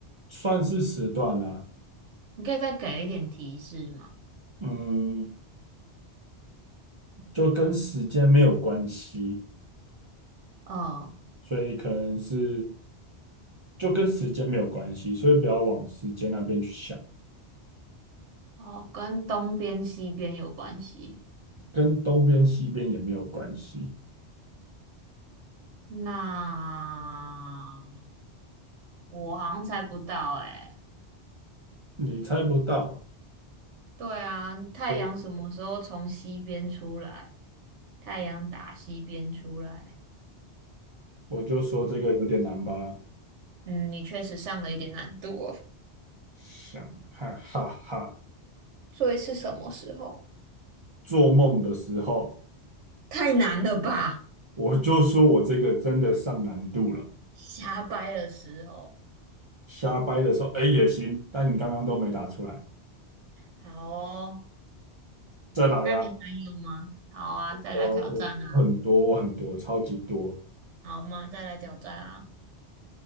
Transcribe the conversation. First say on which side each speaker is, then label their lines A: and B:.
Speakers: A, on the right (about 40°); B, on the right (about 85°).
A: 算是时段啦、
B: 你可以再给一点提示吗？
A: 嗯，就跟时间没有关系，
B: 嗯，
A: 所以可能是就跟时间没有关系，所以不要往时间那边去想，
B: 哦，跟东边西边有关系。
A: 跟东边西边也没有关系，
B: 那我好像猜不到诶、
A: 你猜不到啊
B: 对啊，太阳什么时候从西边出来？
A: 就
B: 太阳打西边出来。
A: 我就说这个有点难吧，
B: 嗯，你确实上了一点难度哦。
A: 想哈哈哈，
B: 所以是什么时候？
A: 做梦的时候
B: 太难了吧？
A: 我就说我这个真的上难度了，
B: <laughs> 瞎掰的时候。
A: 瞎掰的时候哎也行，但你刚刚都没答出来，
B: 好哦，
A: 再来呀、
B: 那你还有吗？好啊，再来挑战啊。
A: 我我很多，我很多，超级多。
B: 好嘛，再来挑战啊。